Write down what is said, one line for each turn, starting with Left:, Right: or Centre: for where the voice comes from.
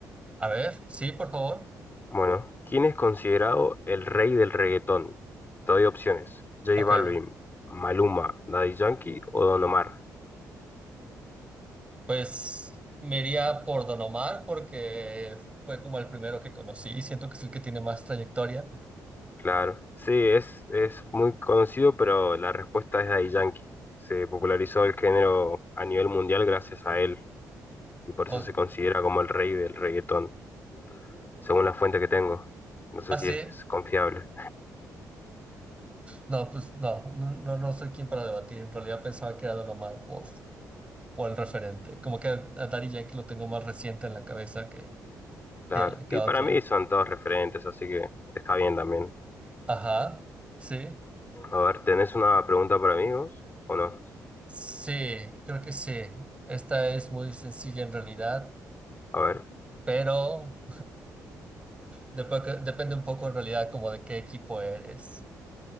Right: A ver, sí, por favor.
Left: Bueno, ¿quién es considerado el rey del reggaetón? Te doy opciones. J
Right: Ok,
Left: Balvin, Maluma, Daddy Yankee o Don Omar.
Right: pues me iría por Don Omar porque fue como el primero que conocí y siento que es el que tiene más trayectoria.
Left: Claro, sí, es, es muy conocido, pero la respuesta es Daddy Yankee. Se popularizó el género a nivel mundial gracias a él y por
Right: Ok,
Left: eso se considera como el rey del reggaetón, según la fuente que tengo. No sé
Right: Ah,
Left: si
Right: sí.
Left: es confiable.
Right: No, pues no, no, no no soy quien para debatir. En realidad pensaba que era Don Omar o, o el referente. Como que a Daddy Yankee lo tengo más reciente en la cabeza que,
Left: Claro,
Right: que, a- que
Left: y
Right: a
Left: para
Right: otro.
Left: mí son todos referentes, así que está bien también.
Right: Ajá, sí.
Left: A ver, ¿tenés una pregunta para mí vos o no?
Right: Sí, creo que sí. Esta es muy sencilla en realidad,
Left: A ver.
Right: pero dep- depende un poco en realidad como de qué equipo eres.